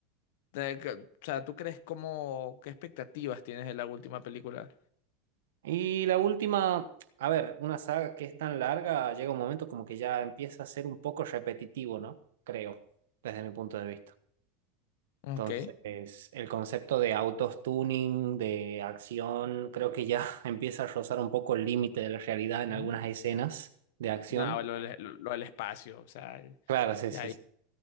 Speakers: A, on the left; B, on the right.
A: de- que- o sea, ¿tú crees cómo, qué expectativas tienes de la última película?
B: Y la última, a ver, una saga que es tan larga, llega un momento como que ya empieza a ser un poco repetitivo, ¿no? Creo, desde mi punto de vista.
A: Ok.
B: Entonces, el concepto de autos tuning, de acción, creo que ya <laughs> empieza a rozar un poco el límite de la realidad en
A: Mm.
B: algunas escenas de acción.
A: No, lo, del- lo, del espacio, o sea,
B: Claro, sí,
A: ya.
B: sí, sí.